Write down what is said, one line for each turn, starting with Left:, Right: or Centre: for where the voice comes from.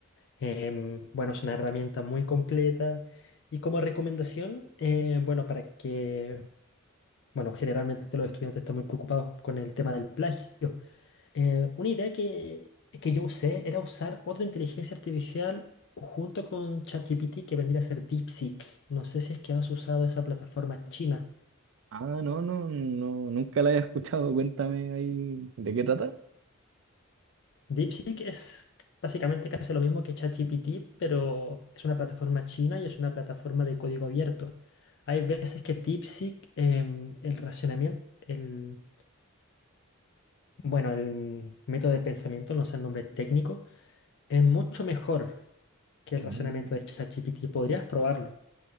Left: Em, bueno, es una herramienta muy completa y como recomendación, eh, bueno, para que, bueno, generalmente los estudiantes están muy preocupados con el tema del plagio. Eh, una idea que, que yo usé era usar otra inteligencia artificial junto con ChatGPT que vendría a ser DeepSeek. No sé si es que has usado esa plataforma china.
Right: Ah, no, no, no, nunca la había escuchado. Cuéntame ahí de qué trata.
Left: DeepSeek es básicamente casi lo mismo que ChatGPT, pero es una plataforma china y es una plataforma de código abierto. Hay veces que DeepSeek, em, el racionamiento, el, bueno, el método de pensamiento, no sé el nombre técnico, es mucho mejor que
Right: Mm.
Left: el razonamiento de ChatGPT. Podrías probarlo.